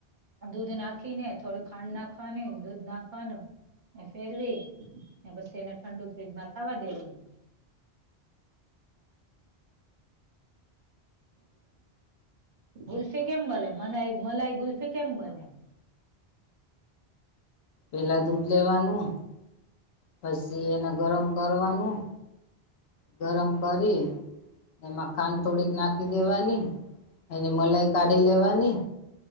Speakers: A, on the right; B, on the left.
A: દૂધ નાખી ને થોડું ખાંડ નાખવાની દૂધ નાખવાનું ને ફેરવી પછી એને ઠંડુ ફ્રીજમાં ખાવા દેવાનું. ગુલ્ફી કેમ બને મનાઈ મલાઈ ગુલ્ફી કેમ બને?
B: પેલા દૂધ લેવાનું પછી એને ગરમ કરવાનું ગરમ કરી ને એમાં ખાંડ થોડીક નાખી દેવાની એની મલાઈ કાઢી લેવાની